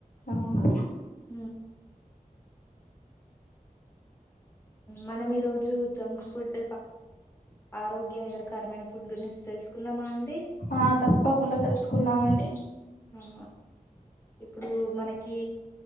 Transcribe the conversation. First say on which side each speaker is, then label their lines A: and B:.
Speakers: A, on the left; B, on the left.
A: అవున
B: హ మనం ఈ రోజు జంక్ ఫుడ్ ఆరోగ్యకరమైన ఫుడ్ గురించి మెస్ తెలుసుకుందామా అండి
A: ఆ తప్పకుండా తెలుసుకుందామండి
B: ఆ ఇప్పుడు మనకి